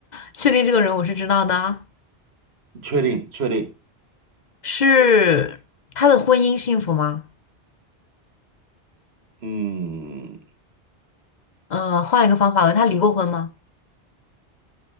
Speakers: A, on the left (about 50°); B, on the right (about 75°).
A: 确定这个人我是知道的啊
B: 确定确定，
A: 是他的婚姻幸福吗？
B: 嗯，
A: 嗯，换一个方法问，他离过婚吗？